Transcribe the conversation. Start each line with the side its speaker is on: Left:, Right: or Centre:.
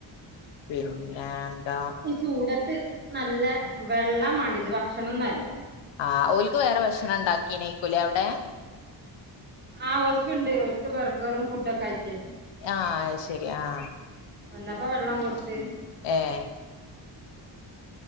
Left: പിന്നെ എന്താ
Right: ഈ ചൂടത്ത് നല്ല വെള്ളമാണ്ടെരും ഇത് ഭക്ഷണന്നല്ല
Left: ആഹ് ഓൽക്ക് വേറെ ഭക്ഷണം ഉണ്ടാക്കീനയിക്കൂലെ അവിടെ
Right: ആഹ് ഓല്കുണ്ട് ഒല്ക് ബർഗറും ഫുഡോക്കെ ആയിത്
Left: ആഹ് ശരി ആഹ്
Right: വന്നപ്പ വെള്ളം കൊടുത്ത്
Left: ഏഹ്